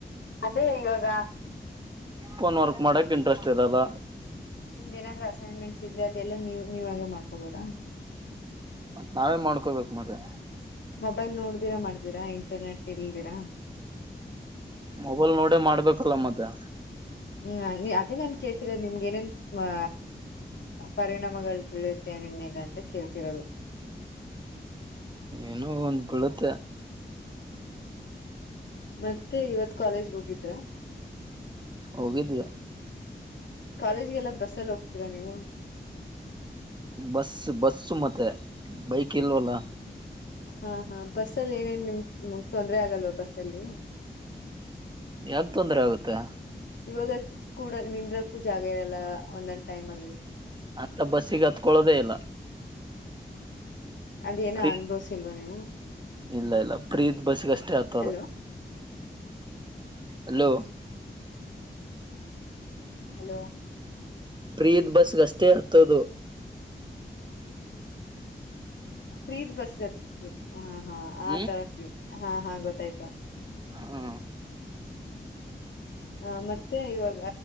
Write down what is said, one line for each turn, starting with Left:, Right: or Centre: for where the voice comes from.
Left: ಅದೇ ಇವಾಗ
Right: ಫೋನ್ ವರ್ಕ್ ಮಾಡಕ್ ಇಂಟ್ರೆಸ್ಟ್ ಇರಲ್ಲ
Left: ನಿಮ್ದ ಏನಾದ್ರರು ಅಸೈನ್ಮೆಂಟ್ಸ್ ಇದ್ರೆ ಅದೆಲ್ಲಾ ನೀವು ನೀವ್ ಹಾಗೆ ಮಾಡ್ಕೊಬೋದಾ
Right: ಮತ್ತ ನಾವೇ ಮಾಡ್ಕೋಬೇಕು ಮತ್ತೆ
Left: ಮೊಬೈಲ್ ನೋಡ್ದಿರಾ ಮಾಡ್ತ <unintelligible> ಇಂಟರ್ನೆಟ್ ಇಲ್ದಿರಾ
Right: ಮೊಬೈಲ್ ನೋಡೇ ಮಾಡ್ಬೇಕಲ್ಲ ಮತ್ತೆ
Left: ಹ್ಮ್ ಅದೇ ನಾನ್ ಕೇಳ್ತಿರೋದು ನಿಮ್ಗೆ ಏನೇನ್ ಮ ಪರಿಣಾಮಗಳು ಬೀಳತ್ತೆ ನಿಮ್ಮೇಲೆ ಅಂತ ಕೇಳ್ತಿರೋದು.
Right: ಏನೋ ಒಂದು ಬೀಳತ್ತೆ
Left: ಮತ್ತೆ ಇವತ್ತ್ ಕಾಲೇಜ್ಗ್ ಹೋಗಿದ್ರ?
Right: ಹೋಗಿದ್ವೆ
Left: ಕಾಲೇಜ್ಗೆಲ್ಲ ಬಸ್ಸಲ್ಲಿ ಹೋಗ್ತೀರಾ ನೀವು?
Right: ಬಸ್ ಬಸ್ಸು ಮತ್ತೆ ಬೈಕ್ ಇಲ್ವಲ್ಲ.
Left: ಹಾ ಹಾ ಬಸ್ಸ ಅಲ್ಲಿ ಏನೇನ್ ನಿಮ್ ತೊಂದ್ರೆ ಆಗಲ್ವಾ ಬಸ್ಸಲ್ಲಿ.
Right: ಯಾಕ್ ತೊಂದ್ರೆ ಆಗುತ್ತೆ.
Left: ಇವಾಗ ಕೂಡ ನಿಂದ್ರಕ್ಕೂ ಜಾಗ ಇರಲ್ಲ ಒಂದೊಂದ್ ಟೈಮ್ ಅಲ್ಲಿ
Right: ಅಂತ ಬಸ್ಸಿಗ್ ಹತ್ಕೊಳ್ಳೋದೇ ಇಲ್ಲ.
Left: ಅದೇನ
Right: ಫ್ರೀ
Left: ಅನ್ಬವ್ಸಿಲ್ವಾ ನೀವು?
Right: ಇಲ್ಲ ಇಲ್ಲ ಪ್ರೀತ್ ಬಸ್ಗೆ ಅಷ್ಟೇ ಹತೋದು
Left: ಹಲೋ
Right: ಹಲೋ
Left: ಹಲೋ
Right: ಪ್ರೀತ್ ಬಸ್ಗೆ ಅಷ್ಟೇ ಹತ್ತದು
Left: ಫ್ರೀದ್ ಬಸ್ಗತ್ <unintelligible> ಹಾ ಹಾ ಆ
Right: ಹ್ಮ್
Left: ತರಫೀ ಹಾ ಹಾ ಗೊತ್ತಾಯ್ತು
Right: ಹಾ
Left: ಹ ಮತ್ತೆ ಇವಾಗ